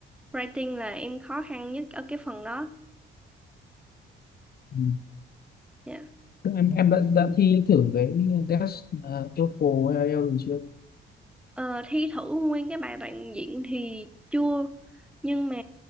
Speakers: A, in the centre; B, on the left.
A: writing là em khó khăn nhất ở cái phần đó
B: Ừ.
A: Dạ.
B: em em đã đã thi thử cái test ờ, TOEFL hay IELTS rồi chưa
A: Ờ, thi thử nguyên cái bài đoạn diễn thì chưa nhưng mà